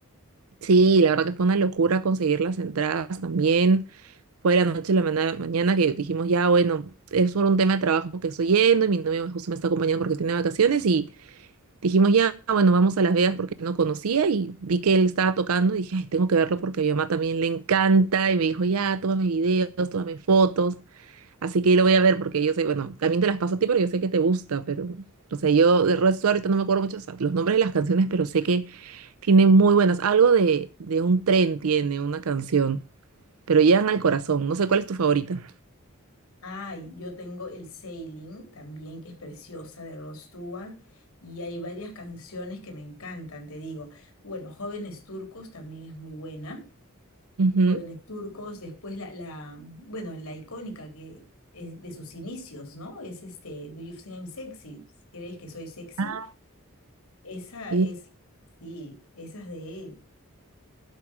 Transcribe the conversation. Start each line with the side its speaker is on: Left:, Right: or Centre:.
Right: Sí, la verdad que fue una locura conseguir las entradas también. Fue la noche la mana- mañana que dijimos, ya, bueno, es por un tema de trabajo que estoy yendo y mi novio justo me está acompañando porque tiene vacaciones y dijimos, ya, bueno, vamos a Las Vegas porque no conocía y vi que él estaba tocando y dije, ay, tengo que verlo porque a mi mamá también le encanta y me dijo, ya, tómame videos, tómame fotos. Así que ahí lo voy a ver porque yo sé, bueno, también te las paso a ti porque yo sé que te gusta, pero, o sea, yo de Rod Stewart ahorita no me acuerdo mucho, o sea, los nombres de las canciones, pero sé que tiene muy buenas. Algo de, de un tren tiene una canción, pero llegan al corazón. No sé cuál es tu favorita.
Left: Ay, yo tengo el Sailing también, que es preciosa de Rod Stewart, y hay varias canciones que me encantan, te digo. Bueno, Jóvenes Turcos también es muy buena.
Right: Ujú.
Left: Jóvenes Turcos, después la, la bueno, la icónica que es de sus inicios, ¿no? Es este, Do You Think I'm Sexy? ¿Crees que soy sexy?
Right: Ah,
Left: Esa
Right: ¿Y
Left: es, sí, esa es de él.